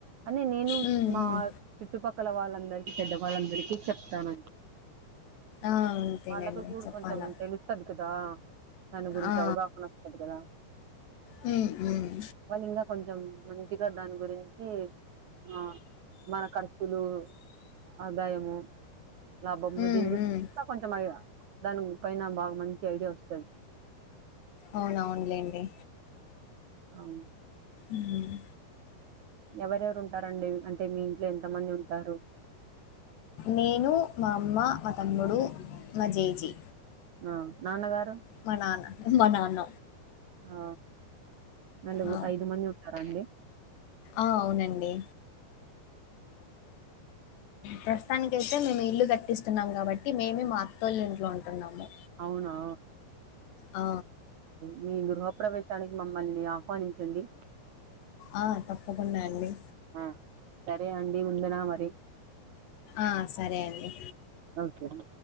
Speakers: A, on the right; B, on the left.
A: అని నేను
B: హ్మ్. హ్మ్.
A: మా చుట్టుపక్కల వాళ్ళందరికి పెద్దవాళ్ళందరికీ చెప్తానండి
B: ఆ! అంతేనండి
A: వాళ్ళకు కూడా
B: చెప్పాలా.
A: కొంచెం తెలుస్తది కదా దాని గురించి
B: ఆ! ఆ!
A: అవగాహన వస్తది కదా
B: హ్మ్. హ్మ్.
A: వాళ్ళు ఇంకా కొంచెం మంచిగా దాని గురించి ఆ మన ఖర్చులు ఆదాయము లాభము
B: హ్మ్.
A: దీని గురించి
B: హ్మ్.
A: కొంచెం దాని పైన బాగా మంచి ఐడియా వస్తది
B: అవునవును లేండి
A: అవును
B: ఉమ్
A: ఎవరెవరు ఉంటారండి అంటే మీ ఇంట్లో ఎంతమంది ఉంటారు
B: నేను మా అమ్మ మా తమ్ముడు మా జేజీ
A: ఆ నాన్నగారు
B: మా నాన్న మా నాన్న
A: ఆ నాలుగు
B: ఆ!
A: ఐదు మంది ఉంటారా అండి
B: ఆ అవునండి ప్రస్తుతానికి అయితే మేము ఇల్లు కట్టిస్తున్నాం కాబట్టి మేమే మా అత్తోళ్లు ఇంట్లో ఉంటున్నాము
A: అవునా
B: ఆ
A: మీ గృహ ప్రవేశానికి మమ్మల్ని ఆహ్వానించండి
B: ఆ తప్పకుండా అండి
A: ఆ సరే అండి ఉండనా మరి
B: ఆ సరే అండి
A: ఓకే అండి